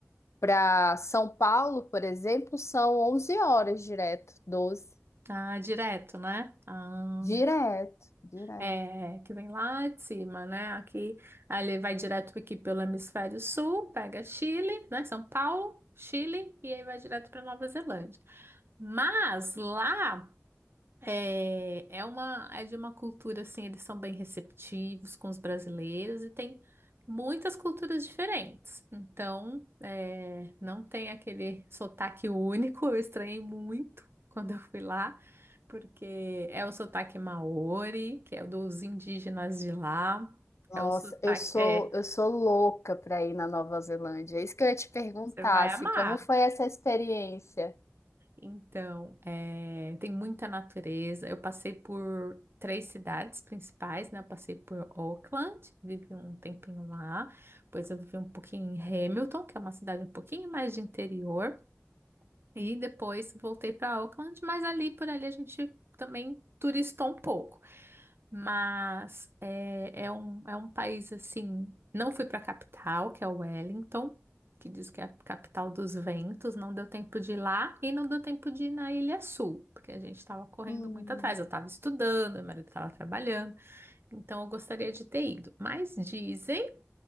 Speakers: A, on the left; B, on the right.
A: para São Paulo, por exemplo, são 11 horas direto, doze
B: Ah, direto, né? Ah,
A: Direto, direto.
B: é, que vem lá de cima, né? Aqui, aí ele vai direto aqui pelo hemisfério sul, pega Chile, né? São Paulo, Chile, e aí vai direto para Nova Zelândia. Mas lá. É, é uma, é de uma cultura assim, eles são bem receptivos com os brasileiros e tem muitas culturas diferentes. Então, é, não tem aquele sotaque único. Eu estranhei muito quando eu fui lá, porque é o sotaque maori, que é o dos indígenas de lá. É
A: Nossa,
B: o sotaque,
A: eu sou
B: é,
A: eu sou louca para ir na Nova Zelândia. É Isso que eu ia te perguntar,
B: você vai
A: assim,
B: amar.
A: como foi essa experiência?
B: Então, é, tem muita natureza. Eu passei por três cidades principais, né? Eu passei por Auckland, vivi um tempinho lá. Depois eu vivi um pouquinho em Hamilton, que é uma cidade um pouquinho mais de interior. E depois voltei para Auckland, mas ali por ali a gente também turistou um pouco. Mas é, é um, é um país assim. Não fui para a capital, que é Wellington, que diz que é a capital dos ventos. Não deu tempo de ir lá e não deu tempo de ir na Ilha Sul, porque a gente estava correndo
A: Hum.
B: muito atrás. Eu estava estudando, meu marido estava trabalhando, então eu gostaria de ter ido. Mas dizem